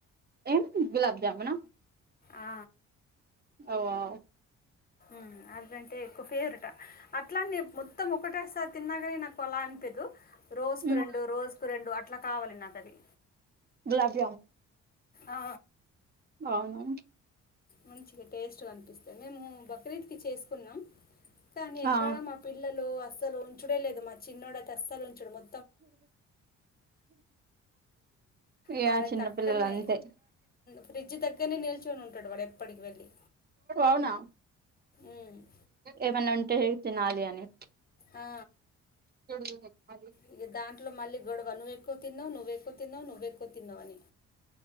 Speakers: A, on the right; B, on the left.
A: ఏం గులాబ్ జామున
B: ఆ,
A: అవా
B: మ్ అవ్వంటే ఎక్కువ ఫేవరెటా అట్లానే మొత్తం ఒకటేసారి తిన్నా గాని నాకు అలా అనిపిదు రోజ్కు
A: ఉమ్
B: రెండు రోజ్కు రెండు అట్లా కావాలి నాకు తది
A: బ్లగ్
B: ఆ
A: అవును
B: మంచిగా టేస్ట్గా అనిపిస్తది మేము బక్రీద్కి చేసుకున్నాం కానీ ఎక్కడ
A: ఆ
B: మా పిల్లలు అస్సలు ఉంచుడే లేదు మా చిన్నోడు అయితే అస్సలు ఉంచడు మొ
A: య
B: వాడైతే
A: చిన్నపిల్లలు
B: అక్కడనే
A: అంతే
B: ఫ్రిడ్జ్ దగ్గరనే నిల్చొని ఉంటాడు వాడు ఎప్పటికి వెళ్ళి
A: అవునా
B: ఉమ్.
A: ఏవన్నా ఉంటే తినాలి అని
B: ఆ,
A: జోడుదుందే అది
B: ఇగ దాంట్లో మళ్ళీ గొడవ నువ్వు ఎక్కువ తిన్నవ్ నువ్వెక్కువ్ తిన్నావు నువ్వెక్కువ్ తిన్నావువని